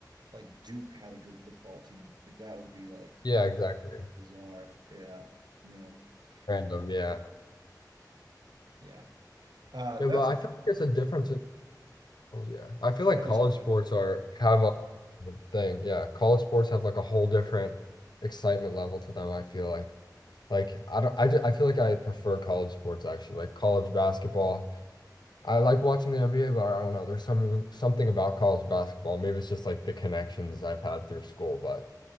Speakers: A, on the right; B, on the left.
A: like Duke had a good football team like that would be like
B: Yeah, exactly.
A: bizarre. Yeah, yeah,
B: Random,
A: uh,
B: yeah.
A: yeah. Uh,
B: Yeah,
A: that's
B: but I
A: cool.
B: feel like there's a difference in oh, yeah. I feel like
A: Oh no,
B: college
A: sorry, go
B: sports
A: ahead.
B: are have a thing. Yeah. College sports have like a whole different excitement level to them, I feel like. Like I don't I, ju- I feel like I prefer college sports actually. Like college basketball I like watching the NBA, but I don't know. There's some something about college basketball. Maybe it's just like the connections I've had through school, but